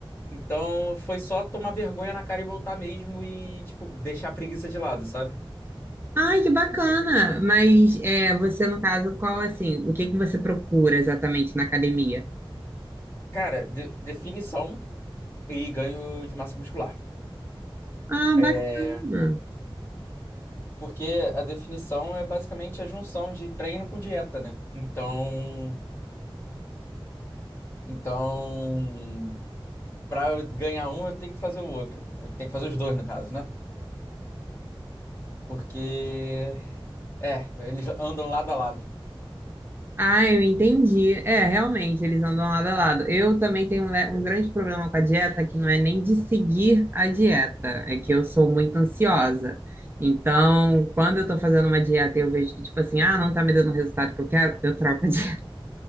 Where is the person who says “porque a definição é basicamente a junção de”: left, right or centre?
Left